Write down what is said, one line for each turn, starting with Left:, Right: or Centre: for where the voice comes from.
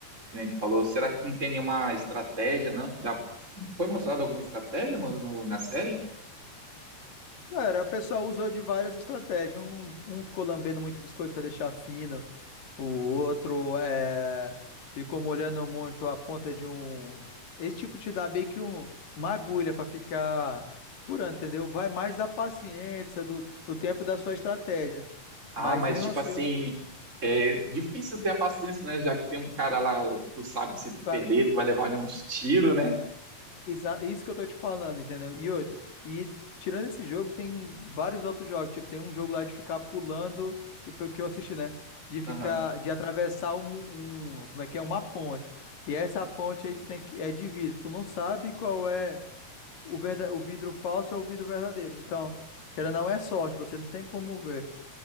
Right: que nem tu falou. Será que não tem nenhuma estratégia, não? Que dá... Foi mostrada alguma estratégia, mano, no- na série?
Left: Cara, o pessoal usou de várias estratégias. Um, um ficou lambendo muito biscoito para deixar fino, o outro é, ficou molhando muito a ponta de um. Esse tipo te dá meio que um, uma agulha para ficar curando, entendeu? Vai mais da paciência, do, do tempo e da sua estratégia.
Right: Ah,
Left: Mas
Right: mas,
Left: mesmo
Right: tipo
Left: assim,
Right: assim,
Left: eu não.
Right: é difícil ter a paciência, né? Já que tem um cara lá, tu sabe se tu perder,
Left: cara,
Right: tu vai levar ali uns tiros, né?
Left: Exa- Isso que eu tô te falando, entendeu? E outro, e tirando esse jogo, tem um- vários outros jogos. Tipo, tem um jogo lá de ficar pulando, que, que eu assisti, né? De ficar,
Right: Aham.
Left: de atravessar um, um- como é que é? Uma ponte. E essa ponte aí tu tem que, é de vidro. Tu não sabe qual é o, verda, o vidro falso ou o vidro verdadeiro. Então, querendo ou não, é sorte, você não tem como ver.